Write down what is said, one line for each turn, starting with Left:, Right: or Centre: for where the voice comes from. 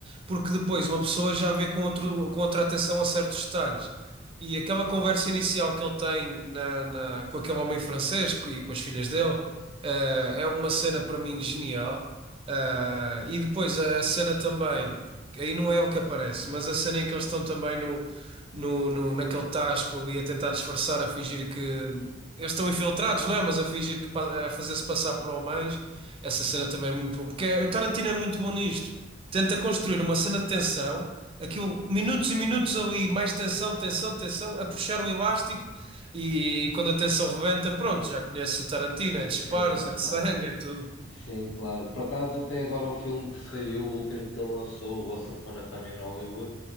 Right: porque depois uma pessoa já vê com outro, com outra atenção a certos detalhes. E aquela conversa inicial que ele tem na, na- com aquele homem francês co- e com as filhas dele, eh, é uma cena para mim genial. Ah, e depois a a cena também, aí não é ele que aparece, mas a cena em que eles estão também no, no, no- naquele tasco ali a tentar disfarçar, a fingir que eles estão infiltrados, não é? Mas a fingir que pa- a fazer-se passar por homens, essa cena também é muito boa, porque é- o Tarantino é muito bom nisto. Tenta construir uma cena de tensão, aquilo, minutos e minutos ali, mais tensão, tensão, tensão, a puxar o elástico e quando a tensão rebenta, pronto, já conhece o Tarantino, é
Left: E
Right: disparos,
Left: sim, já
Right: é
Left: sabe.
Right: sangue, é tudo.
Left: Sim, claro. Por acaso, até agora o filme que saiu, o último que ele lançou, o Once Upon a Time in Hollywood,